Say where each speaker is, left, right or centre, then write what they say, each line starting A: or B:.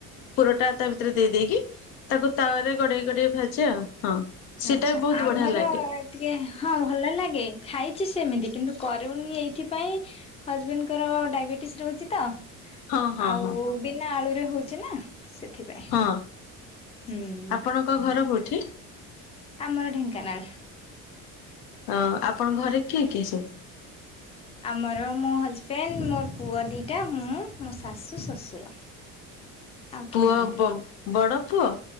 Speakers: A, on the left; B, on the left.
A: ପୁରଟା ତା ଭିତରେ ଦେଇ ଦେଇକି ତାକୁ ତାୱା ରେ ଗଡେଇ ଗଡେଇ ଭାଜେ। ହଁ। ସେଇଟା
B: ଆଛା
A: ବି ବହୁତ
B: ଆମର
A: ବଢିଆ ଲାଗେ।
B: ଟିକେ ହଁ ଭଲ ଲାଗେ। ଖାଇଛି ସେମିତି, କିନ୍ତୁ କରିବୁନି ଏଇଥିପାଇଁ ହଜ୍ ବେଣ୍ଡଙ୍କର ଡାଏବେଟିସ୍ ରହୁଛି ତ,
A: ହଁ ହଁ
B: ଆଉ
A: ହଁ
B: ବିନା ଆଳୁରେ ହୋଉଛି ନା ସେଥିପାଇଁ।
A: ହଁ।
B: ହୁଁ।
A: ଆପଣଙ୍କ ଘର କୋଉଠି?
B: ଆମର ଢେଙ୍କାନାଳ।
A: ହଁ ଆପଣଙ୍କ ଘରେ କିଏ କିଏ ସବୁ?
B: ଆମର ମୋ ହଜ୍ ବେଣ୍ଡ ମୋର ପୁଅ ଦିଇଟା, ମୁଁ ମୋ ଶାଶୁ ଶ୍ୱଶୁର। ଆଉ କେହି
A: ମୋ
B: ନାହାନ୍ତି।
A: ବ- ବଡ ପୁଅ,